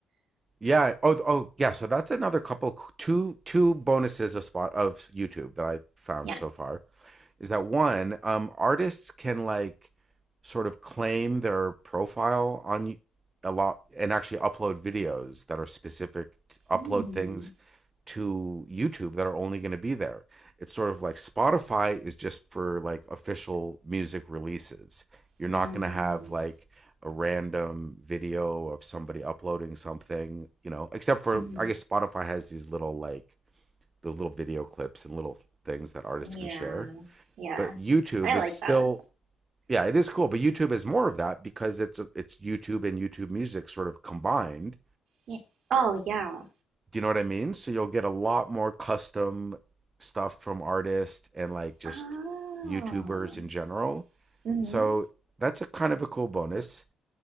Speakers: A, on the right; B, on the right.
A: Yeah. Oh, oh, yeah. So that's another couple, two, two bonuses of spot of YouTube that I found
B: Yeah.
A: so far. is that one um, artists can like sort of claim their profile on a lot and actually upload videos that are specific upload
B: Mm.
A: things to YouTube that are only going to be there. It's sort of like Spotify is just for like official music releases. You're
B: Mm.
A: not going to have like a random video of somebody uploading something, you know, except for
B: Mm.
A: I guess Spotify has these little like those little video clips and little things that artists
B: Yeah.
A: can share
B: Yeah.
A: but YouTube
B: I like
A: is still
B: that.
A: yeah, it is cool, but YouTube is more of that because it's it's YouTube and YouTube Music sort of combined.
B: Yeah. Oh yeah.
A: Do you know what I mean? So you'll get a lot more custom stuff from artists and like just
B: Oh.
A: YouTubers in general.
B: Mm-hmm.
A: So that's a kind of a cool bonus.